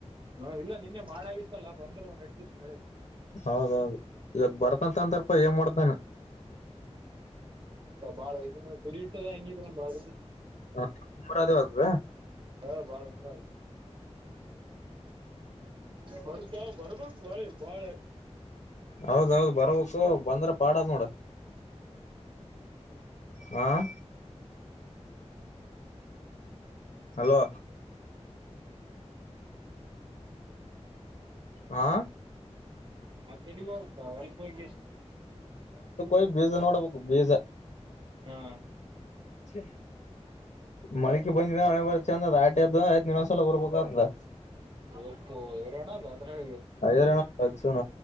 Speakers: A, on the right; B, on the left.
A: ಹ ಇಲ್ಲ ನಿನ್ನೆ ಮಾಡಾಗಿತ್ತಲ್ಲ ಬಂದ್ರೆ ನಡತ <inaudible>
B: ಹೌದೌದು ಇವತ್ ಬರ್ತಂತ ಅಂತಾರಪಾ ಏನ್ ಮಾಡ್ತಾನ
A: ಬಾಳ ಪುದಿಯುಟ್ಟದಾಯಂಗಿ ಭರ
B: ಹ ಮರ ದವ
A: <unintelligible> ಹ್ಮ್ ಬರ್ತಾವ ಬರ್ಬೇಕಕ್ ಬಾಳೆ ಬಾಳೆ
B: ಹೌದೌದು ಬರಬೇಕು ಬಂದ್ರ ಪಾಡದ ನೋಡ ಹ ಹಲೋ ಹಾ
A: ಹ ಕೆಡಿಗಿ ಹೊ <unintelligible>
B: ಯಿ ಬೀಜ ನೋಡ ಬಕ್ ಬೀಜ
A: ಹಾ
B: ಚ ಮಳಕೆ ಬಂದಣೆ ಬರುತ್ತೆ ಚಂದದ ಆಟದ ಐತ್ ಇನಸಲ ಹರ್ಬೇಕತ
A: ಇಪ್ಪು ಇರೋಣದು ಅದ್ರೆ
B: ಐದರಣ ಹಚ್ಚು ನ